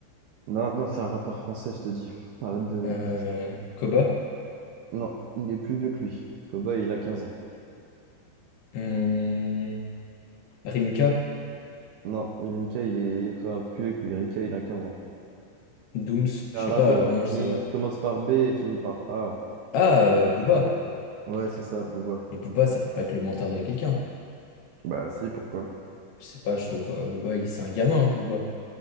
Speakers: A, on the right; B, on the left.
A: non, non, c'est un rappeur français, je te dis. Arrête de-
B: Euh,
A: d'insister.
B: Koba,
A: Non, il est plus vieux que lui. Koba, il a 15 ans.
B: hum, Rimka,
A: Non, Rimka, il est enfin, plus vieux que lui. Rimka, il a 15 ans.
B: Dooms, je
A: C'est un
B: sais
A: rappeur
B: pas, euh,
A: qui
B: vraiment,
A: finit-
B: je sais pas.
A: qui commence par B et finit par A.
B: Ah, euh, Booba.
A: Ouais, c'est ça, Booba.
B: Mais Booba, ça peut pas être le menteur de quelqu'un.
A: Bah si, pourquoi?
B: Je sais pas, je trouve, euh, Booba, il- c'est un gamin, hein, Booba.